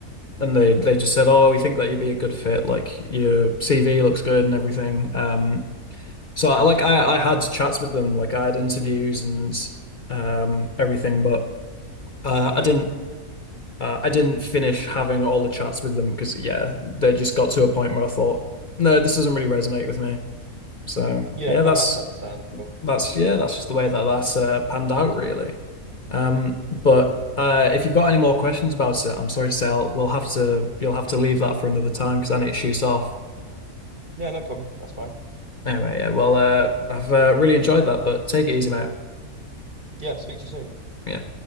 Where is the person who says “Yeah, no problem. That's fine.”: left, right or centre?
Right